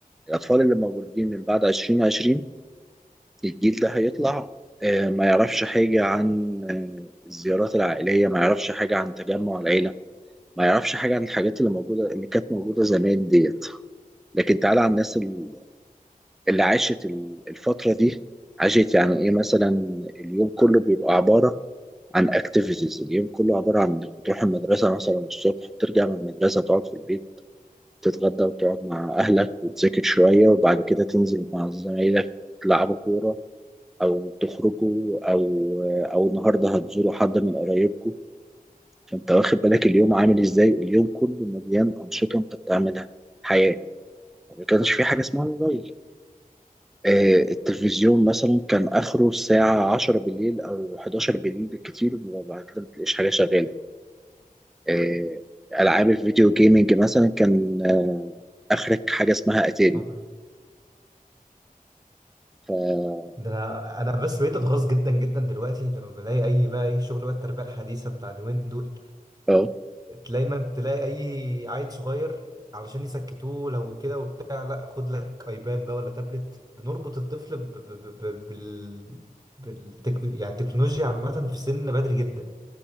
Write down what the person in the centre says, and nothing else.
الاطفال اللي مولودين من بعد 20 20 الجيل ده هيطلع آه، ما يعرفش حاجة عن آه، الزيارات العائلية ما يعرفش حاجة عن تجمع العيلة ما يعرفش حاجة عن الحاجات اللي موجودة اللي كانت موجودة زمان ديت لكن تعالى على الناس ال- اللي عاشت ال- الفترة دي عاشت يعني ايه مثلا اليوم كله بيبقى عبارة عن اكتيفيتيز اليوم كله عبارة عن انك بتروح المدرسة مثلا الصبح ترجع من المدرسة تقعد في البيت تتغدى وتقعد مع أهلك وتذاكر شوية وبعد كده تنزل مع زمايلك تلعبوا كورة او تخرجوا او او النهارده هتزوروا حد من قرايبكم فانت واخد بالك اليوم عامل ازاي اليوم كله مليان انشطه انت بتعملها حياه ما كانش في حاجه اسمها موبايل آه، التلفزيون مثلا كان اخره الساعه 10 بالليل او 11 بالليل بالكتير وبعد كده ما تلاقيش حاجه شغاله آه، العاب الفيديو جيمنج مثلا كان آه، اخرك حاجه اسمها اتاري
ف
اه